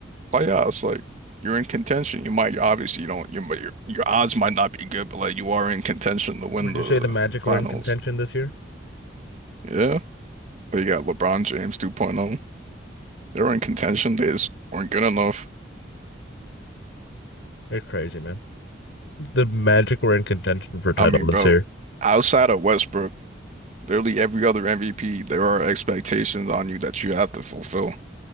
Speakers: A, on the right; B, on the left.
A: playoffs, like you're in contention, you might obviously you don't you might- your your odds might not be good, but like you are in contention to win
B: Would
A: the
B: you say the Magic
A: finals.
B: were in contention this year?
A: Yeah. They got LeBron James 2.0. They were in contention. They just weren't good enough.
B: It's crazy, man. The Magic were in contention for title
A: I mean,
B: this
A: bro,
B: year.
A: outside of Westbrook Literally every other MVP, there are expectations on you that you have to fulfill.